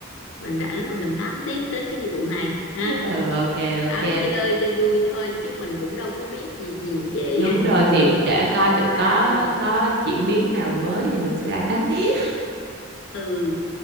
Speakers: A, on the left (about 80°); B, on the right (about 55°).
A: mình rảnh là mình tám tiếp tới cái vụ này ha
B: Ừ ok
A: tám
B: ok.
A: chơi cho vui thôi chứ mình cũng đâu có biết gì nhiều về
B: Đúng
A: <laughs>
B: rồi thì
A: nước
B: để coi
A: ờ,
B: thử
A: nó
B: có
A: đâu
B: có diễn biến nào mới thì mình sẽ lại tám tiếp.
A: ừ